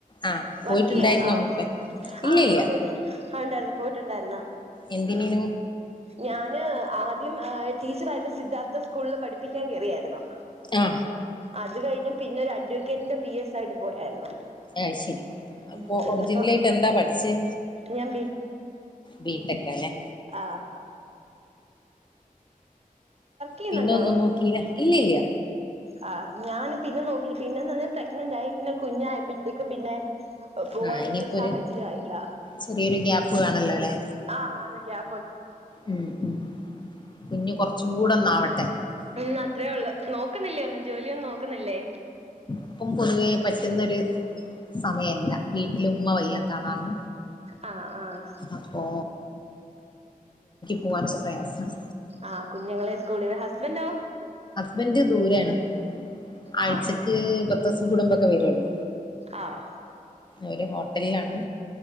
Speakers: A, on the left; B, on the right.
A: ആഹ് പോയിട്ടുണ്ടായിരുന്നോ
B: വർക്ക് ചെയ്യാന്നോ
A: മുമ്പേ ഇല്ല
B: ആ
A: ഇല്ല
B: ഞാൻ പോയിര്ന്നു ഞാ ആ ഉണ്ടായിര്ന്നു പോയിട്ട്ണ്ടായ്ര്ന്നാ
A: എന്തിനെയ്നു
B: ഞാൻ ആദ്യം ഏ ടീച്ചറായിട്ട് സിദ്ധാർത്ഥ സ്കൂളിൽ പഠിപ്പിക്കാൻ കെറിയായിരുന്നു
A: ആ
B: അത് കഴിഞ്ഞ് പിന്നെ ഒര് അഡ്വക്കറ്റിന്റെ പി എസ് ആയിട്ട് പോയായിരുന്നു
A: അയ് ശരി അപ്പൊ
B: ഉം പിന്നിപ്പം
A: ഒർജിൻലായിട്ട് എന്താ പഠിച്ചെ
B: ഞാൻ
A: ബീടെക്കാ ലെ
B: ആ ചെയ്യുന്നുണ്ടോ
A: പിന്നെ ഒന്നും നോക്കീലാ ഇല്ലയില്ല
B: ആ ഞാൻ പിന്നെ നോക്കില്ല പിന്നെന്ന് പർണാ പ്രെഗ്നെന്റായി പിന്നെ കുഞ്ഞായപ്പെൾത്തേക്കും പിന്നെ പോവാനുള്ള
A: ആഹ് ഇനിയിപ്പോ
B: ഒരു സാഹചര്യം ആയില്ല
A: ചെറിയൊരു ഗ്യാപ്പ് വേണല്ലോ അല്ലെ
B: ആ ആന്നെ ഗ്യാ
A: ഉം ഉം കുഞ്ഞ് കൊറച്ച് കൂടന്നാവട്ടെ
B: ഉം അത്രയേ ഉള്ളു നോക്കുന്നില്ലേ ഒന്നും ജോലിയൊന്നും നോക്കുന്നില്ലേ
A: ഇപ്പം പൊതുവേ പറ്റുന്നൊരു സമയല്ല വീട്ടില ഉമ്മ വയ്യാത്ത ആളാണ്.
B: ആഹ ആഹ
A: അപ്പോ പോകാനൊക്കെ പ്രയാസാണ്
B: ആ കുഞ്ഞുങ്ങളെ സ്കൂളി വി ഹസ്ബൻറോ
A: ബന്റ് ദൂരെയാണ് ആയിച്ചക്ക്‌
B: ആഹ്
A: പത്തൂസുംകൂടുമ്പൊക്കെ വരുള്ളൂ
B: ആഹ
A: ഒരു ഹോട്ടലിലാണ്